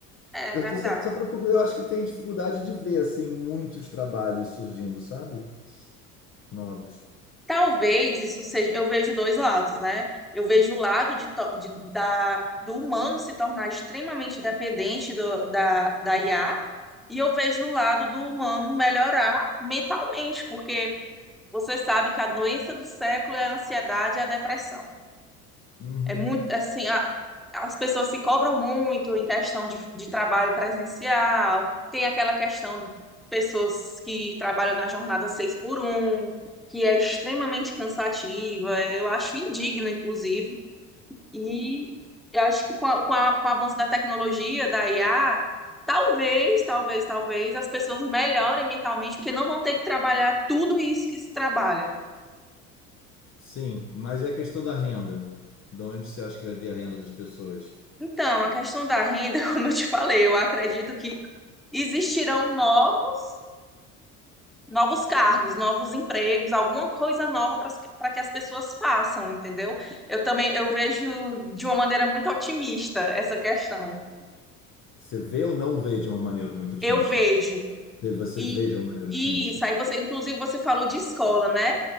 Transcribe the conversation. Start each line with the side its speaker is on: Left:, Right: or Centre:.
Centre: é
Left: eu
Centre: verdade.
Left: tô só, só preocupo- eu acho que tem dificuldade de ver assim muitos trabalhos surgindo, sabe? Novos.
Centre: Talvez isso seja, eu vejo dois lados, né? Eu vejo o lado de, to- de- da, do humano se tornar extremamente dependente do, da, da IA, e eu vejo o lado do humano melhorar mentalmente, porque você sabe que a doença do século é a ansiedade e a depressão.
Left: Uhum.
Centre: É muito assim, a- as pessoas se cobram muito em questão de, de trabalho presencial, tem aquela questão de pessoas que trabalham na jornada seis por um, que é extremamente cansativa, é, eu acho indigno, inclusive, e eu acho que com, a- com, a- com o avanço da tecnologia, da IA, talvez, talvez, talvez as pessoas melhorem mentalmente, porque não vão ter que trabalhar tudo isso que se trabalha.
Left: Sim, mas é a questão da renda. De onde você acha que vai vir a renda das pessoas?
Centre: Então, a questão da renda, <laughs> como eu te falei, eu acredito que existirão novos, novos cargos, novos empregos, alguma coisa nova para que as pessoas façam, entendeu? Eu também eu vejo de uma maneira muito otimista essa questão.
Left: Você vê ou não vê de uma maneira muito otimista?
Centre: Eu vejo
Left: Se Você
Centre: e
Left: vê de uma maneira
Centre: e
Left: otimista.
Centre: isso aí você inclusive você falou de escola, né?